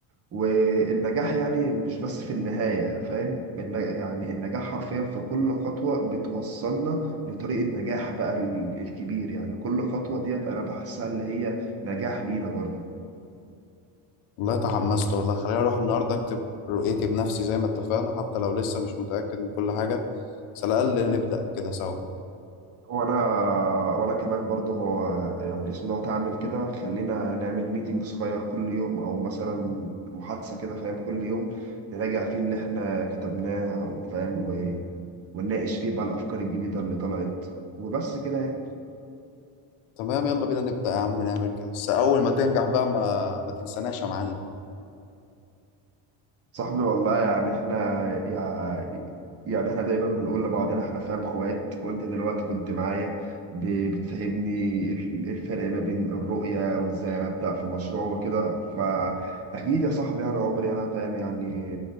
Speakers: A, on the right (about 35°); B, on the left (about 85°).
A: والنجاح يعني مش بس في النهاية فاهم الن- يعني النجاح حرفيا في كل خطوة بتوصلنا لطريق النجاح بقى ال- الكبير يعني كل خطوة ديت أنا بحسها اللي هي نجاح لينا برضه
B: والله تحمست والله خليني أروح النهاردة أكتب رؤيتي بنفسي زي ما اتفقنا حتى لو لسه مش متأكد من كل حاجة بس على الأقل نبدأ كده سوا
A: وانا وانا كمان برضه هو يعني اسم لو تعمل كده خلينا نعمل ميتنج صغير كل يوم او مثلا محادثة كده فاهم كل يوم نراجع فيه اللي احنا كتبناه وفاهم و... ونناقش فيه بقى الافكار الجديدة اللي طلعت وبس كده يعني.
B: تمام يلا بينا نبدأ يا عم نعمل كده بس أول ما تنجح بقى ما ما تنساناش يا معلم
A: صاحبي والله يعني احنا يعني يعني احنا دايما بنقول لبعضنا احنا فاهم اخوات وانت دلوقتي كنت معايا ب- بتفهمني ال- الفرق ما بين الرؤية وازاي انا ابدأ في مشروع وكده فاكيد يا صاحبي انا عمري انا فاهم يعني